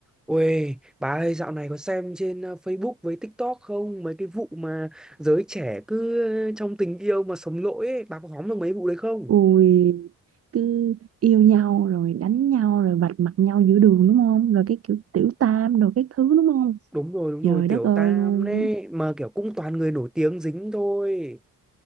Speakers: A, in the centre; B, on the right.
A: Ôi, bà ơi, dạo này có xem trên ờ, Facebook với TikTok không? Mấy cái vụ mà giới trẻ cứ ờ, trong tình yêu mà sống lỗi ấy, bà có hóng được mấy vụ đấy không?
B: Ui, cứ yêu nhau rồi đánh nhau rồi vạch mặt nhau giữa đường đúng không? Rồi cái kiểu tiểu tam rồi cái thứ đúng không?
A: Đúng rồi, đúng
B: Trời
A: rồi, tiểu
B: đất ơi
A: tam
B: luôn.
A: đấy, mà kiểu cũng toàn người nổi tiếng dính thôi.